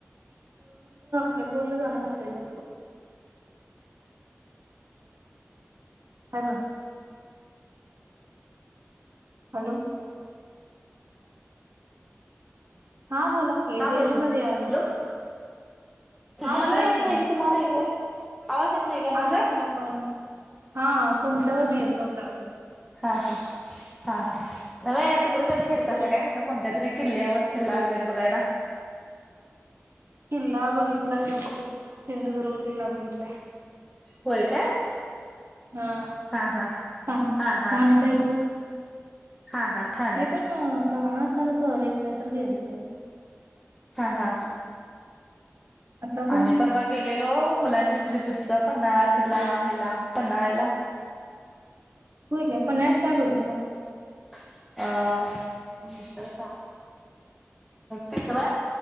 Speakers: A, on the right (about 60°); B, in the centre.
A: का बोललं जाणं झालेलं हॅलो हॅलो हा बोला की
B: हा बोला
A: रेंज मध्ये आहे जरा
B: हॅलो
A: हा बोलाय
B: मला नाही
A: क
B: आहे की तुम्हाला आहे काय आवाज येत नाही काय
A: आहे
B: माझा?
A: मला पण हा तुमच्यावर नेत नव्हतं
B: हा हा हा हा न तिकडे कधी करत
A: बोला
B: असं काय म्हटलं कोणत्या तरी किल्ल्यावर किल्ला वगैरे बघायला
A: किल्ला बघितला इकच सिंधुदुर्ग किल्ला बघितलाय
B: होय का
A: हा
B: हा हा
A: पाण्यात
B: हा हा
A: पाण्यात आहे तो
B: हा हा ठाण्यात
A: ते पण लहान असताना सहलत काय तर गेलेल
B: हा हा
A: आता पण
B: आम्ही परवा गेलेलो मुलांची ट्रीप होती पन्हाळा तिला हिला पन्हाळ्याला
A: हो काय पण आत काय बघितलं
B: अ चार तिथ आहे